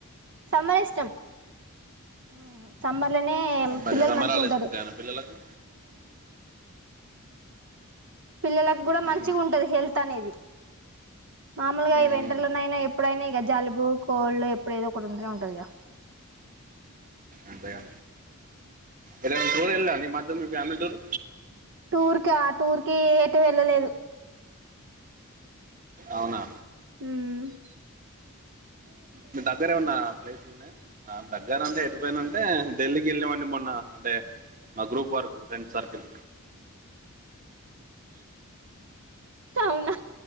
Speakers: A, on the right; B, on the right.
A: సమ్మరే ఇష్టం హ్మ్ సమ్మర్ లోనే
B: సమ్మర్
A: పిల్లలు
B: సమ్మర్
A: మంచిగా
B: హాలిడేస్
A: ఉంటారు
B: వస్తాయన్న పిల్లలకు
A: పిల్లలకు కూడా మంచిగా
B: మ్మ్
A: ఉంటది హెల్త్ అనేది మామూలుగా
B: మ్మ్
A: ఈ వెంటర్లోనయినా
B: మ్మ్
A: ఎప్పుడైనా ఇక జలుబు కోల్డ్ ఎప్పుడ ఏదో ఒకటి ఉంటేనే ఉంటుంది టాధిగా
B: అంతెగా ఇదం టూర్ ఏలేవా ని మాధ్య ఫ్యామిలీ టూర్
A: టూర్ క టూర్ కి టు వెళ్ళలేదు
B: అవునా
A: హ్మ <inaudible>
B: మీ దగ్గరే ఏమన ప్లేసులు ఉన్నాయా ఆ దగ్గర అంటే ఎడిపోయినంటే ఢిల్లీకి వెళ్ళవాడి మొన్న అంటే మా గ్రూప్ వరకు ఫ్రెండ్ సర్కిల్
A: అవునా